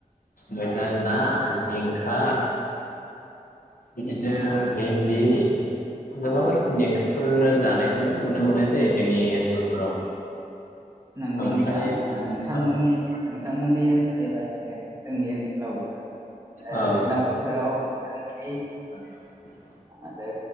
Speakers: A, on the left; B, on the right.
A: मैथा ना जिंखा बिदिनो भेन्दि गोबां रोखोमनि ओंख्रिफोर जानायखौनो नुनो मोननाय जायो जोंनि ओनसोलफोराव
B: नंगौ
A: ओमफ्राय
B: नोंथां
A: औ
B: नोंथांमोननि नोंथांमोननि ओनसोलनि बायदिनो जोंनि ओनसोलावबो ओ
A: औ
B: दैज्लां बोथोराव <unintelligible>
A: <inaudible>
B: आरो